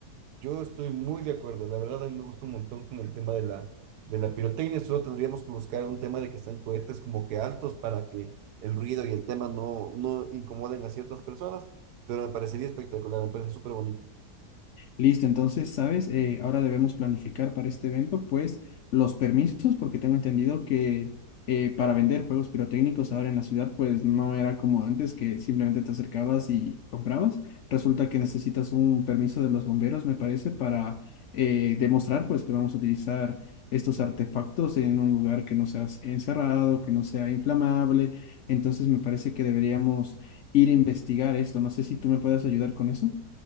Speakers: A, on the right (about 80°); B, on the left (about 65°).
A: Yo estoy muy de acuerdo, la verdad a mí me gusta un montón con el tema de la, de la pirotecnia, solo tendríamos que buscar un tema de que están cohetes como que altos para que el ruido y el tema no, no incomoden a ciertas personas, pero me parecería espectacular, me parece súper bonito.
B: Listo, entonces, ¿sabes? Eh, ahora debemos planificar para este evento, pues, los permisos, porque tengo entendido que eh, para vender fuegos pirotécnicos ahora en la ciudad, pues no era como antes, que simplemente te acercabas y comprabas. Resulta que necesitas un permiso de los bomberos, me parece, para eh, demostrar, pues, que vamos a utilizar estos artefactos en un lugar que no sea encerrado, que no sea inflamable. Entonces, me parece que deberíamos ir a investigar esto. No sé si tú me puedes ayudar con eso.